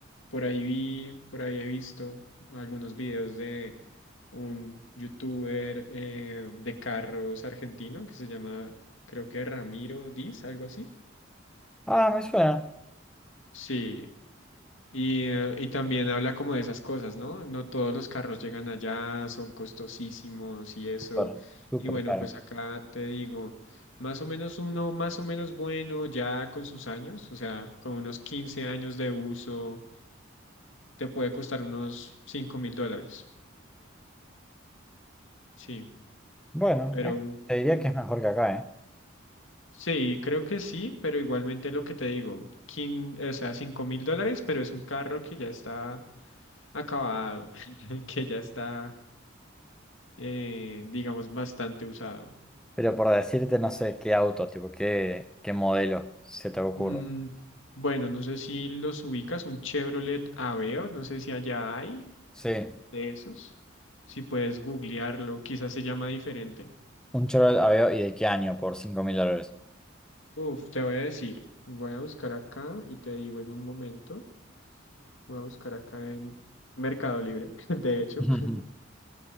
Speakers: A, on the left; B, in the centre.
A: por ahí vi, por ahí he visto algunos videos de un youtuber eh, de carros argentino que se llama, creo que Ramiro Diz, algo así.
B: Ah, me suena.
A: Sí, Y, eh, y también habla como de esas cosas, ¿no? No todos los carros llegan allá, son costosísimos y eso.
B: Súper, súper
A: Y bueno,
B: caro.
A: pues acá te digo, más o menos uno, más o menos bueno ya con sus años, o sea, con unos 15 años de uso, te puede costar unos cinco mil dólares. Sí,
B: Bueno,
A: pero
B: eh,
A: un,
B: te diría
A: un-
B: que es mejor que acá, ¿eh?
A: Sí, creo que sí, pero igualmente lo que te digo, quin- o sea, cinco mil dólares, pero es un carro que ya está acabado, <laughs> que ya está... eh, digamos, bastante usado.
B: Pero por decirte, no sé qué auto, tipo, qué, qué modelo se te ocurre.
A: Mm, bueno, no sé si los ubicas, un Chevrolet Aveo, no sé si allá hay
B: Sí,
A: de esos. Si puedes googlearlo, quizás se llama diferente.
B: un Chevrolet Aveo y de qué año por cinco mil dólares.
A: Uf, te voy a decir, voy a buscar acá y te digo en un momento, voy a buscar acá en Mercado Libre, <laughs> de hecho,
B: <laughs>